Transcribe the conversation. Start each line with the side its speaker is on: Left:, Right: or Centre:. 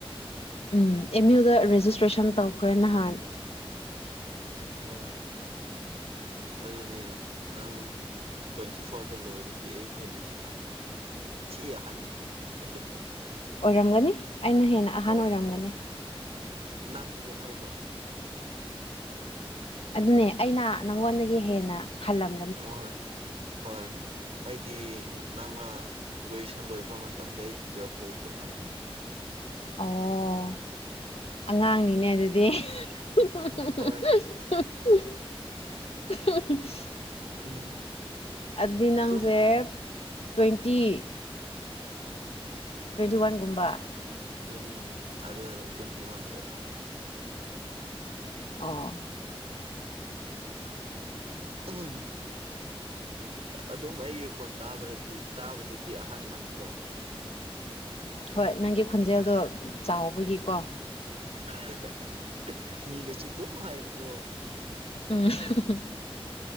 Left: ꯎꯝ ꯑꯦꯝ ꯌꯨꯗ ꯔꯦꯖꯤꯁꯇ꯭ꯔꯦꯁꯟ ꯇꯧꯈ꯭ꯔꯦ ꯅꯍꯥꯟ 'inaudible'
Right: ꯑꯣ ꯑꯗꯨꯗꯤ ꯅꯪ ꯇꯣꯟꯏꯇꯤ ꯐꯣꯔꯗ ꯂꯣꯏꯔꯗꯤ ꯑꯩ ꯍꯦꯟꯅ ꯊꯤ ꯑꯍꯟꯅꯤꯅꯦ ꯑꯦꯍꯩꯍꯩ
Left: ꯑꯣꯏꯔꯝꯒꯅꯤ ꯑꯩꯅ ꯍꯦꯟꯅ ꯑꯍꯟ
Right: ꯍꯣꯏ
Left: ꯑꯣꯏꯔꯝꯒꯅꯤ
Right: ꯅꯪꯕꯨ ꯍꯥꯏꯕ
Left: ꯑꯗꯨꯅꯦ ꯑꯩꯅ ꯅꯪꯉꯣꯟꯗꯒꯤ ꯍꯦꯟꯅ ꯍꯜꯂꯝ
Right: ꯑꯍꯣꯏ ꯍꯣꯏ ꯑꯩꯗꯤ ꯅꯪꯅ ꯒ꯭ꯔꯦꯖꯨꯑꯦꯁꯟ ꯂꯣꯏꯕ ꯃꯇꯝꯗ ꯑꯩꯗꯤ ꯇꯨꯋꯦꯜꯐ ꯂꯣꯏꯕꯗ ꯉꯥꯏꯔꯤꯅꯤ
Left: ꯑꯣ ꯑꯉꯥꯡꯅꯤꯅꯦ ꯑꯗꯨꯗꯤ <unintelligible>
Right: ꯍꯣꯏ
Left: <unintelligible>
Right: ꯎꯝ
Left: ꯑꯗꯨꯗꯤ ꯅꯪꯁꯦ
Right: ꯁꯨꯝ
Left: ꯇꯣꯟꯏꯇꯤ ꯇꯣꯟꯏꯇꯤꯋꯥꯟꯒꯨꯝꯕ
Right: ꯎꯝ ꯑꯗ ꯇꯣꯟꯏꯇꯤꯋꯥꯟꯗ
Left: ꯑꯣ
Right: ꯎꯝ ꯑꯗꯨꯝ ꯑꯩꯒꯤ ꯈꯣꯟ ꯇꯥꯕꯗꯗꯤ ꯇꯥꯕꯗꯗꯤ ꯑꯍꯟ ꯃꯥꯟꯕ꯭ꯔꯣ
Left: ꯍꯣꯏ ꯅꯪꯒꯤ ꯈꯣꯟꯖꯦꯜꯗꯣ ꯆꯥꯎꯕꯒꯤꯀꯣ
Right: <unintelligible> ꯃꯤꯅꯁꯨ ꯑꯗꯨꯝ ꯍꯥꯏꯌꯦꯕꯀꯣ
Left: ꯎꯝ